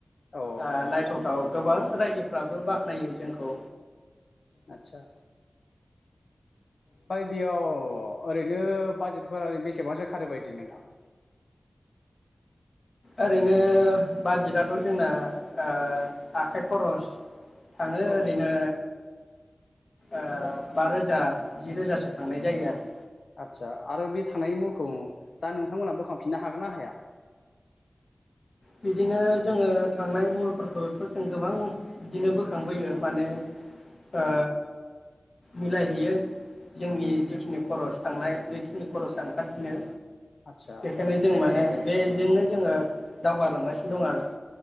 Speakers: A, on the left (about 85°); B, on the left (about 55°).
A: औ
B: आ नाय थाव थाव गोबां रायजोफ्राबो बाख्नायो जोंखौ
A: आतसा ओमफाय बेयाव ओरैनो बाजेटफोरा ओरैनो बेसेबांसो खारो बायदि नों <inaudible>
B: ओरैनो बाजेटआथ' जोंना ओ आखाइ खरस थाङो
A: औ
B: ओरैनो ओ बा रोजा जि रोजासो खांनाय जायो आरो।
A: आदसा आरो बे थांनायनि महरखौ दा नोंथांमोनहा बोखांफिननो हागोन ना हाया?
B: बिदिनो जोङो थांनाय मुलफोरखौथ जों गोबां बिदिनो बोखांबोयो माने ओ मिलायहैयो जोंनि जिखिनि खरस' थांनाय बेखिनि खरसाआ ओंखारफिनो
A: आदसा
B: बेखायनो जों माने बेजोंनो जोङो दावगालांगासिनो दं आरो